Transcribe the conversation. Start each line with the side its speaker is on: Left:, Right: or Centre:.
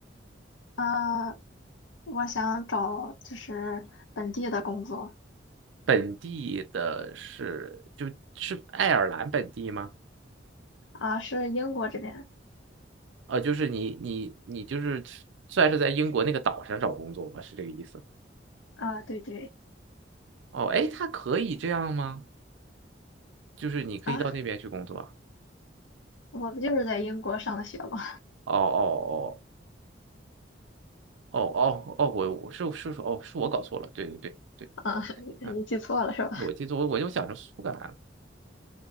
Left: 啊、我想找就是本地的工作
Right: 本地的是就是爱尔兰本地吗？
Left: 啊，是英国这边
Right: 呃，就是你你你就是算是在英国那个岛上找工作吧，是这个意思？
Left: 啊，对对
Right: 哦，哎，他可以这样吗？就是你可以到那边去工作啊。
Left: 啊，我不就是在英国上的学吗？
Right: 哦哦哦哦哦哦，我我是是说哦，是我搞错了，对对对
Left: 啊，<laughs>
Right: 对，嗯，
Left: 你记错了是吧？
Right: 我记错，我我就想着苏格兰了，